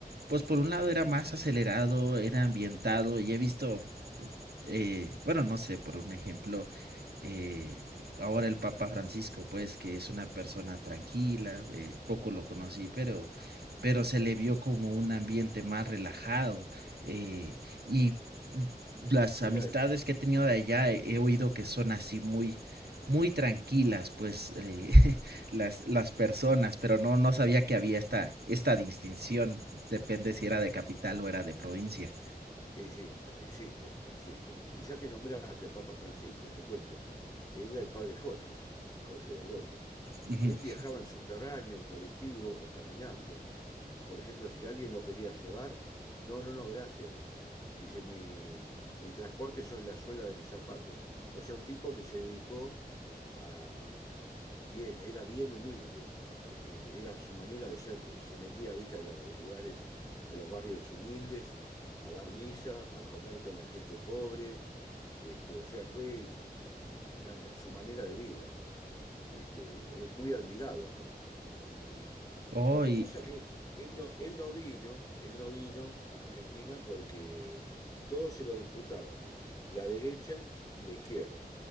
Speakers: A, on the right; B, on the left.
A: pues por un lado era más acelerado, era ambientado, y he visto eh, bueno, no sé, por un ejemplo, eh, ahora el Papa Francisco, pues que es una persona tranquila, eh, poco lo conocí, pero, pero se le vio como un ambiente más relajado eh, y las
B: Mirá,
A: amistades
B: el
A: que he tenido de allá he, he oído que son así muy muy tranquilas pues eh, <laughs> las, las personas pero no no sabía que había esta esta distinción depende si era de capital o era de provincia
B: Sí, sí, sí, existe, existe. Y ya que nombraste al Papa Francisco, te cuento, era el padre Jorge, el Jorge Bergoglio.
A: uh -huh.
B: Él viajaba en subterráneo, en colectivo o caminando. Por ejemplo, si alguien lo quería llevar, no, no, no, gracias. Dice, mi, mi transporte son la suela de mis zapatos. O sea, un tipo que se dedicó a, Bien, era bien humilde. eh, era su manera de ser. Se metía, viste, a los lugares, a los barrios humildes, a dar misa, a comer con la gente pobre. Este, o sea, fue una ma- su manera de vida. Este, es muy admirado acá, en la Argentina.
A: oh
B: Lo que
A: y,
B: pasa que él no, él no vino, él no vino a Argentina porque todos se lo disputaban, la derecha y la izquierda.